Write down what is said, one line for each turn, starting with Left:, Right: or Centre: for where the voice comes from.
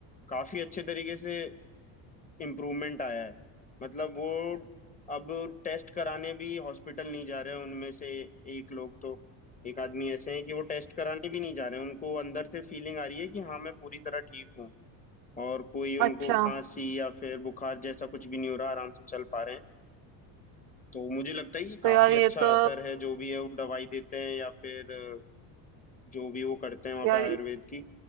Left: काफी अच्छे तरीके से इम्प्रूवमेंट आया है मतलब वो अब टेस्ट कराने भी हॉस्पिटल नहीं जा रहे हैं उनमें से एक लोग तो एक आदमी ऐसे हैं कि वो टेस्ट कराने भी नहीं जा रहे हैं उनको अंदर से फीलिंग आ रही है कि हाँ मैं पूरी तरह ठीक हूँ और कोई उनको
Right: अच्छा
Left: खांसी या फिर बुखार जैसा कुछ भी नहीं हो रहा आराम से चल पा रहे हैं तो मुझे लगता है कि
Right: तो
Left: काफी
Right: यार ये
Left: अच्छा
Right: तो
Left: असर है जो भी है वो दवाई देते हैं या फिर अ, जो भी वो करते हैं वहाँ
Right: यार
Left: पे आयुर्वेद की